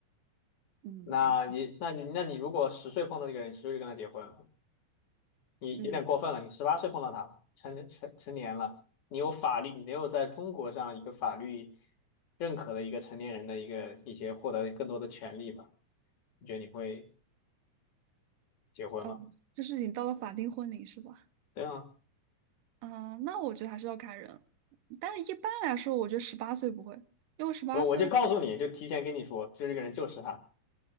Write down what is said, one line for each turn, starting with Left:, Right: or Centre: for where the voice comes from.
Right: 嗯
Left: 那你、那你、那你如果十岁碰到这个人，十岁就跟他结婚了，你有点过分了。
Right: 嗯
Left: 你十八岁碰到他了，成成成年了，你有法律，你没有在中国上一个法律认可的一个成年人的一个一些获得更多的权利吧？你觉得你会结婚吗？
Right: 哦，就是你到了法定婚龄是吧？
Left: 对啊，
Right: 啊、那我觉得还是要看人，但是一般来说，我觉得十八岁不会，因为十八岁，
Left: 我我就告诉你，就提前跟你说，就这个人就是他，